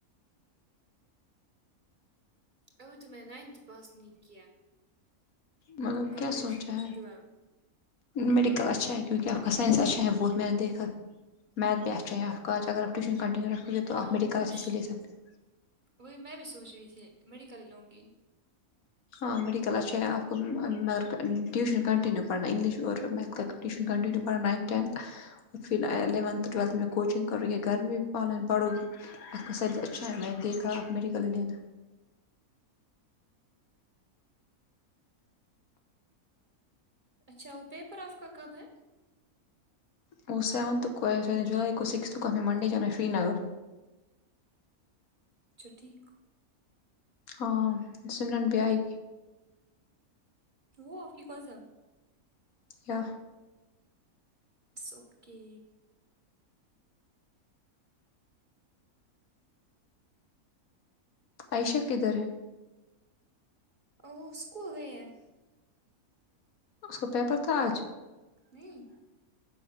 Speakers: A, on the right; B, on the left.
A: اگر تو میں نے نائنتھ پاس ن ک
B: مطلب
A: تم کا
B: کیا
A: پوچ
B: سوچا
A: گ
B: ہے
A: ٹویلتھ
B: میڈیکل اچھا ہے کیونکہ آپ کا
A: کیا
B: سائنس
A: پتہ
B: اچھا ہے بہت میں نے دیکھا میتھ بھی اچا آپ کا اگر آپ ٹیشن کنٹینو رکھو گے تو آپ
A: ہاں
B: میڈیکل
A: وہ
B: اچھے
A: ش-
B: سے لے سکتے
A: وہی میں بھی سوچ رہی تھی میڈیکل ہی لوں گی
B: ہاں میڈیکل اچھا آپ کو مگر ٹیوشن کنٹنیو پڑاننا انگلش اور میتھ
A: ہوں
B: ٹیش کٹنی پان نائنت ٹنت پھر الیونتھ ٹویلتھ میں کوچنگ کرو گیے گھر میں بھی آن لائن پڑھو گی اس کا سوچ اچھا میں نے دکھا میڈیکل دینا
A: اچھا وہ پیپر آف کا کب ہے
B: وہ سیونت کو جولائی کو سکس کو منڈے جانا ہے شری نگر
A: اچھا ٹھیک
B: ہاں سمرن ب آئی
A: وہ آف کی کس
B: یا
A: اٹس اوکے
B: آئیشہ کدر ہے
A: ا اسکول گئے ہیں
B: اس کو پیپر تھا آج
A: نہیں